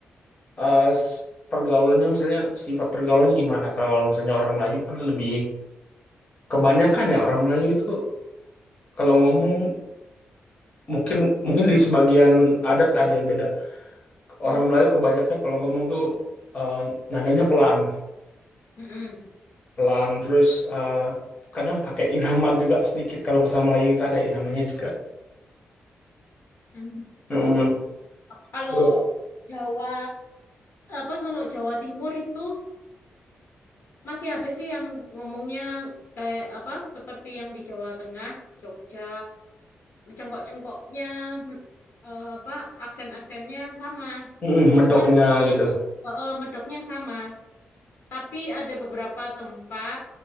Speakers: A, on the left; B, on the left.
A: eh, s- pergaulannya misalnya sifat pergaulannya gimana? Kalau misalnya orang Melayu kan lebih kebanyakan ya orang Melayu itu kalau ngomong mungkin mungkin di sebagian adat ada yang beda.
B: Mm,
A: Orang Melayu kebanyakan kalau ngomong tuh eh, nadanya pelan.
B: mm-mm,
A: pelan terus eh, kadang pakai irama juga sedikit kalau bahasa Melayu itu ada iramanya juga
B: mm,
A: Mm,
B: mm. Kalau
A: bro.
B: Jawa apa kalau Jawa Timur itu masih ada sih yang ngomongnya kayak apa seperti yang di Jawa Tengah, Jogja, cengkok-cengkoknya mm, eh, apa aksen-aksennya sama.
A: Mm, medoknya
B: Cuman itu
A: gitu
B: eh, eh, medoknya sama. Tapi ada beberapa tempat